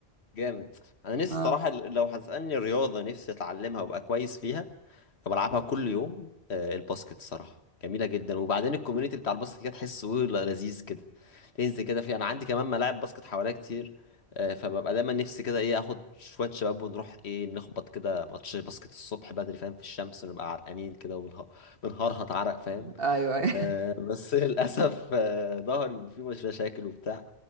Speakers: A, on the left (about 85°); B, on the right (about 65°).
A: جامد انا نفسي
B: اه
A: الصراحه لو هتسالني رياضه نفسي اتعلمها وابقى كويس فيها بلعبها كل يوم آه، الباسكت الصراحه جميله جدا وبعدين الكوميونتي بتاع الباسكت كده تحسه لذيذ كده تنزل كده فيه انا عندي كمان ملاعب باسكت حواليا كتير آه، فببقى دايما نفسي كده ايه اخد شويه شباب ونروح ايه نخبط كده ماتش باسكت الصبح بدري فاهم في الشمس ونبقى عرقانين كده وبنه- بنهرهط عرق فاهم
B: ايوه ايوه <laughs>
A: آه، بس <laughs> للاسف آه، ظهري فيه مش مشاكل وبتاع